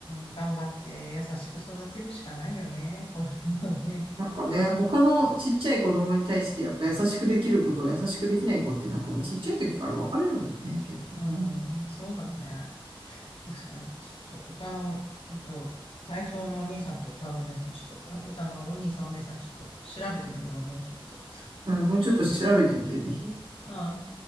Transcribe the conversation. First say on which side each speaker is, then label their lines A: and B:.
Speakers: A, on the left; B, on the right.
A: ん、頑張って優しく育てるしかないよね。子供はね。
B: なんかね、他のちっちゃい子供に対してやっぱ優しくできることを優しくできない子ってなんかもうちっちゃい時から分かれるもんね、結構ね。
A: <laughs> うん、そうだね。確かに。ちょっと、歌の、えっと、体操のお兄さんと歌のお姉さん、ちょっと、あ、歌のお兄さんお姉さん、ちょっと調べてみるわ、もうちょっと。
B: うん、もうちょっと調べてみて、ぜひ。
A: うん。